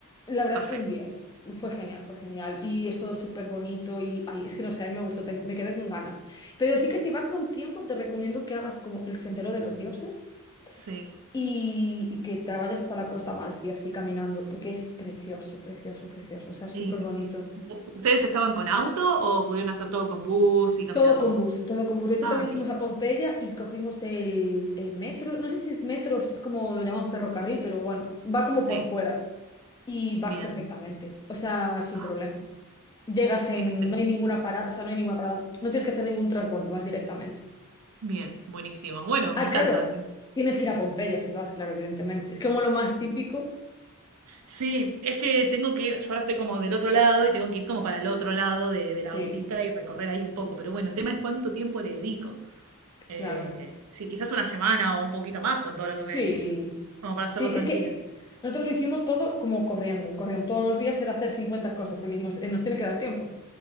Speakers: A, on the left (about 15°); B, on the right (about 70°).
A: la verdad
B: perfecto.
A: es que un 10, fue genial, fue genial y es todo súper bonito y, ay, es que no sé, a mí me gustó, te- me quedé con ganas. Pero sí que si vas con tiempo, te recomiendo que hagas como el Sendero de los Dioses.
B: Sí.
A: Y, y que te vayas hasta la Costa Amalfi así caminando, porque es precioso, precioso, precioso, o sea, súper
B: Eh,
A: bonito.
B: ¿ustedes estaban con auto o pudieron hacer todo con bus y caminando?
A: Todo con bus, todo con bus. De hecho,
B: Ah,
A: también fuimos
B: listo.
A: a Pompeya y cogimos el, el metro. No sé si es metro o si es como lo llaman ferrocarril, pero bueno, va como
B: Sí,
A: por fuera y vas
B: bien.
A: perfectamente, o sea, sin
B: Ah,
A: problema. Llegas en,
B: excelente.
A: no hay ninguna parada, o sea, no hay ninguna parada, no tienes que hacer ningún transbordo, vas directamente.
B: Bien, buenísimo. Bueno,
A: Ah,
B: me encanta.
A: claro, tienes que ir a Pompeya si vas, claro, evidentemente. Es como lo más típico.
B: Sí, es que tengo que ir, yo ahora estoy como del otro lado y tengo que ir como para el otro lado de, de
A: Sí,
B: la gotita y recorrer ahí un poco, pero bueno, el tema es cuánto tiempo le dedico. Eh,
A: claro.
B: sí, quizás una semana o un poquito más con todo lo que
A: Sí,
B: me decís, como para hacerlo
A: sí,
B: tranquila.
A: es que nosotros lo hicimos todo como corriendo, corriendo. Todos los días era hacer 50 cosas porque nos "Eh, nos tiene que dar tiempo.